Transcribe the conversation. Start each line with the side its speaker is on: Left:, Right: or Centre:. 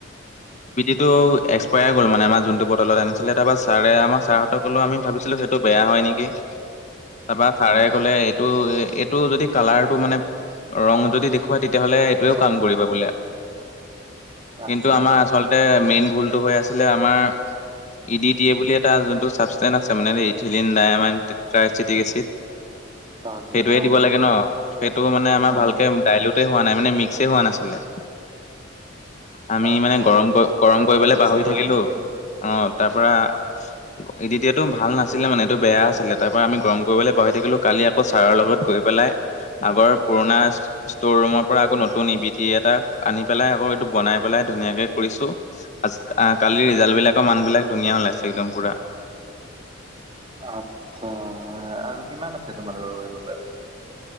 Left: এইটো এক্সপায়াৰ গ'ল মানে আমাৰ যোনটো বটলত আনিছিলে তাৰ পৰা ছাৰে আমাৰ ছাৰহঁত সক'লেও আমি ভাবিছিলো সেইটো বেয়া হয় হয় নেকি, তাৰপৰা ছাৰে কলে এইটো এইটো যদি কালাৰটো মানে ৰং যদি দেখুৱাই তেতিয়াহ'লে এইটোৱেও কাম
Right: আহ
Left: কৰিবা বোলে।
Right: আচ্ছা
Left: কিন্তু আমাৰ আচলতে মেইন ভুলটো হৈ আছিলে আমাৰ ই ডি টি এ বুলি এটা যোনটো চাবষ্টেইন আছে তাৰ মানে আমি ইথিলিন ডায়ামণ্ড ট্ৰাইছিটিক এচিড
Right: আচ্ছা
Left: সেইটোয়ে
Right: অ
Left: দিব লাগে ন সেইটো মানে আমাৰ
Right: অ
Left: ভালকে দাইল টুটে হোৱা নাই মানে মিক্সে হোৱা নাছিলে। আ আ, আমি
Right: আচ্ছা
Left: মানে গৰম গৰম
Right: ভালকে
Left: কৰিবলে
Right: মিক্সি
Left: পাহৰি
Right: হোৱা
Left: থাকিলো।
Right: নাই ন
Left: অ তাৰপৰা উস ক ইডিটিয়াৰটোও ভাল নাছিলে মানে এইটো বেয়া আছিলে তাৰ পৰা আমি গৰম কৰিবলৈ পাহৰি থাকিলো কালি আক ছাৰৰ লগত গৈ পেলাই আগৰ পুৰণা সি সি ষ্টৰ ৰুমৰ পৰা আকৌ নতু নতুন নিবিটি এটা আনি পেলাই আকৌ এইটো বনাই পেলাই ধুনীয়াকে কৰিছো আজ ক আহ কালিৰ ৰিজাল্ট বিলাকৰ মানবিলাক ধুনীয়া ওলাইছে একদম পুৰা
Right: আচ্ছা আৰু কিমান আছে তোমালোকৰ কৰিবলৈ